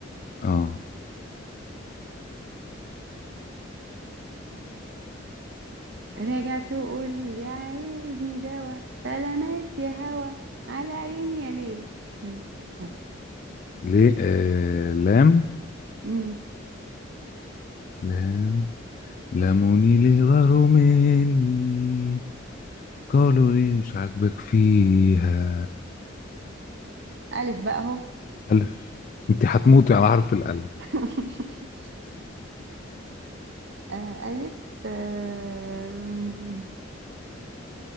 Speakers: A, on the left; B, on the right.
A: آه
B: راجع تقول يا عايزني دوا سلامات يا هوا على عيني يا ليل ليل. أهو.
A: ليه آه لام
B: أمم.
A: لام لموني ليه غاروا مني قالوا ليه مش عاجبك فيها
B: ألف بقى أهو
A: ألف أنت هتموتي على حرف الألف
B: <laughs> آه، ألف آم،